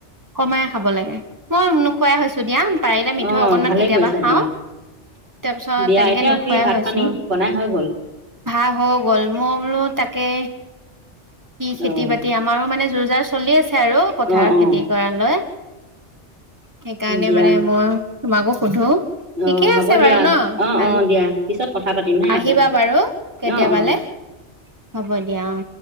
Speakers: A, on the right; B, on the right.
A: কমাই খাব লাগে। মই খুৱাই হৈছোঁ দিয়া পাৰিলে মিথৈ
B: অ',
A: অকনমান
B: ভালে
A: কেতিয়াবা
B: কৰিছা
A: খাওঁ
B: দিয়া।
A: তাৰপিছত
B: দিয়া
A: তেনেকে
B: এতিয়া
A: নোখোৱাই
B: কি ভাত
A: হৈছো
B: পানী বনাই হৈ গ'ল
A: ভাহ হ গল মল ত কে খেতি
B: অ',
A: বাতি আমাৰো মানে যোৰ যাৰ চলি আছে ছে আৰু পথাৰৰ
B: অ', অ',
A: খেতি কৰালৈ সেইকাৰণে
B: দিয়া।
A: মানে মই তোমাকো সোধো ঠিকে
B: অ হ'ব
A: আছে
B: দিয়া
A: বাৰু ন
B: অ
A: ভাল
B: অ দিয়া পিছত কথা পাতিম হে
A: আহিবা
B: আকৌ
A: বাৰু কেতিয়াবালে
B: অ অ
A: হ'ব দিয়া অ